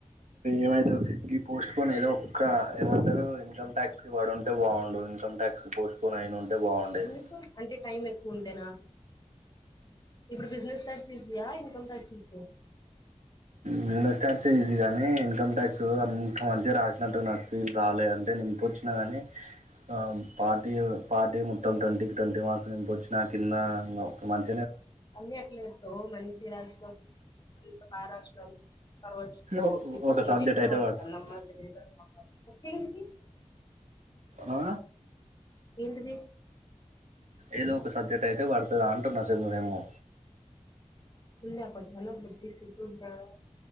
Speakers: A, on the right (about 80°); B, on the left (about 35°).
A: ఏమైతది ఈ పోస్ట్ పనిదో ఒక్క ఏమంటారు ఇన్కమ్ టాక్స్ కి పడుంటే బాగుండు ఇన్కమ్ ట్యాక్స్ కి పోస్ట్ పోన్ అయిన ఉంటే బాగుండేది
B: ఎందుకు అంటే టైం ఎక్కువ ఉంటేనా ఇప్పుడు బిజినెస్ ట్యాక్స్ ఈజియా ఇన్కమ్ ట్యాక్స్ ఈజియా
A: బిస్ ట్యాక్స్ ఇది కాగానీ ఇన్కమ్ ట్యాక్స్ అంత మంచిగా రాసినట్టు నాకు ఫీ రాలేదు అంటే నే ఇంపొచ్చినా గా ని ఆ పార్టీ ఎవ్ పాార్టీ మొత్తం ట్వంటీకి ట్వంటీ మార్క్స్ నింపొచ్చి నా కింద ఒక మంచ్
B: అన్నిీ అట్లా చెప్తావ్ మంచి గా రాసిన బారష్ట్రమ్ తర్వాత
A: ఓ-
B: ఇప్పుడు
A: ఒక
B: ను
A: సబ్జెక్ట్
B: చెప్పిన
A: అయితే
B: మాట్
A: పడుతుంది
B: నమ్మచ్చు
A: ఆ
B: ఏంటిది
A: ఏదో ఒక సబ్జెక్ట్ అయితే పడుతదా అంటున్న సెమ్ ది ఏమో
B: ఉందా ఒక జన బుద్ధి సుగురు జ్ఞానం